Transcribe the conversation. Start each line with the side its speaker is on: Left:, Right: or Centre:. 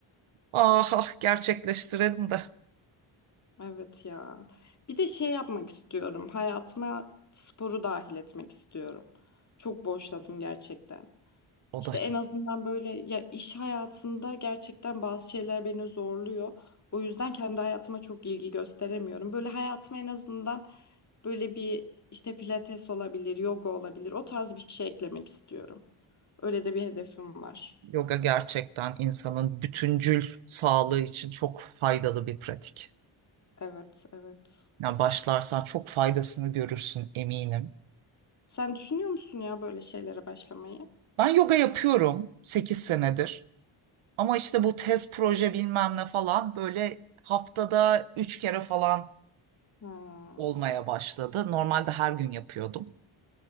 Right: Ah ah gerçekleştirelim de.
Left: Evet ya. Bir de şey yapmak istiyorum. Hayatıma sporu dahil etmek istiyorum. Çok boşladım gerçekten.
Right: O
Left: İşte
Right: da
Left: en azından böyle ya iş hayatında gerçekten bazı şeyler beni zorluyor. O yüzden kendi hayatıma çok ilgi gösteremiyorum. Böyle hayatıma en azından Böyle bir işte pilates olabilir, yoga olabilir. O tarz bir şey eklemek istiyorum. Öyle de bir hedefim var.
Right: yoga gerçekten insanın bütüncül sağlığı için çok faydalı bir pratik.
Left: Evet, evet.
Right: Yani başlarsan çok faydasını görürsün eminim.
Left: Sen düşünüyor musun ya böyle şeylere başlamayı?
Right: Ben yoga yapıyorum 8 senedir. Ama işte bu tez proje bilmem ne falan böyle haftada üç kere falan
Left: Ha,
Right: olmaya başladı. Normalde her gün yapıyordum.